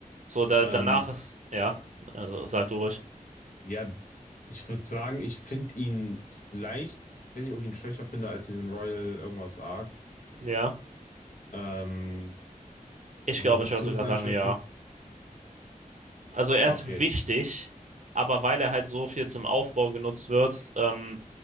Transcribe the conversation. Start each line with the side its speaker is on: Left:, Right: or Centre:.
Right: so da,
Left: Ähm,
Right: danach ist, ja, also sag du ruhig.
Left: ja, ich würde sagen, ich finde ihn vielleicht, wenn ich irgendwie ihn schwächer finde als diesen Royal irgendwas Arc.
Right: Ja,
Left: Ähm,
Right: ich
Left: wie
Right: glaube,
Left: würdest
Right: ich würde
Left: du
Right: sogar
Left: das einschätzen?
Right: sagen, ja. Also, er
Left: Okay.
Right: ist wichtig, aber weil er halt so viel zum Aufbau genutzt wird, ähm,